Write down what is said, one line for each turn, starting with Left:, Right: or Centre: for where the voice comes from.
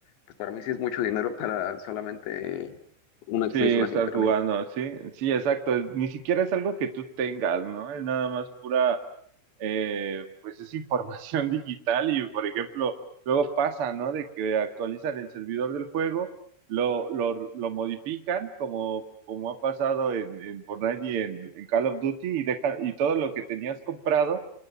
Left: pues para mí sí es mucho dinero para solamente un acceso
Right: Sí, estar
Left: a internet.
Right: jugando, sí, sí, exacto. Ni siquiera es algo que tú tengas, ¿no? Es nada más pura, eh, pues es información <laughs> digital y, por ejemplo, luego pasa, ¿no? De que actualizan el servidor del juego, lo, lo, lo modifican, como, como ha pasado en, en Fortnite y en, en Call of Duty, y deja, y todo lo que tenías comprado